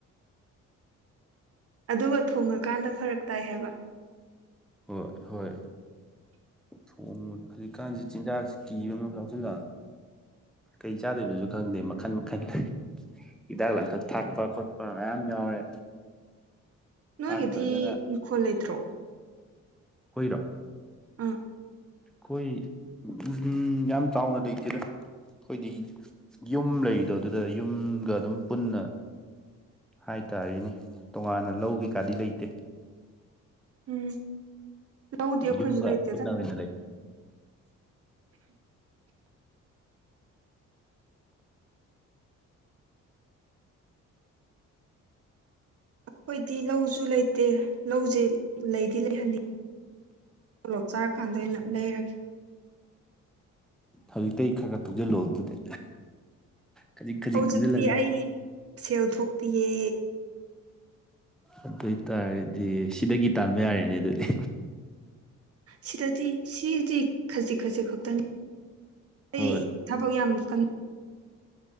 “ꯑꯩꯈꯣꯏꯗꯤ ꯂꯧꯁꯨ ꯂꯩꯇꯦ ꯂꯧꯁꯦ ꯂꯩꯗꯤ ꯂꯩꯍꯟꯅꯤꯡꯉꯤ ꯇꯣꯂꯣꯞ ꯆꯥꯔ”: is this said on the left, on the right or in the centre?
Right